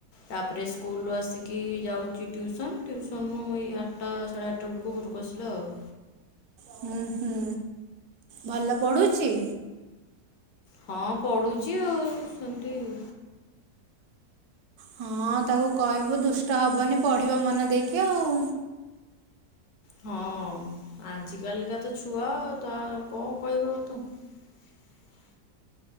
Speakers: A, on the left (about 70°); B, on the right (about 75°).
A: ତାପରେ ସ୍କୁଲରୁ ଆସିକି ଯାଉଛି ଟ୍ୟୁସନ। ଟ୍ୟୁସନୁରୁ ଏଇ ଆଠଟା ସାଢ଼େ ଆଠଟା ବେଳକୁ ଘରକୁ ଆସିଲା ଆଉ।
B: ହୁଁ ହୁଁ ଭଲ ପଢୁଚି?
A: ହଁ ପଢୁଛି ଆଉ ସେମତି। <inaudible>
B: ହଁ ତାକୁ କହିବୁ ଦୁଷ୍ଟ ହବନି, ପଢିବ ମନ ଦେଇକି ଆଉ।
A: ହଁ ଆଜି କାଲିକା ତ ଛୁଆ ତାହେଲେ କଣ କହିବ ଆଉ ତାଙ୍କୁ? <inaudible>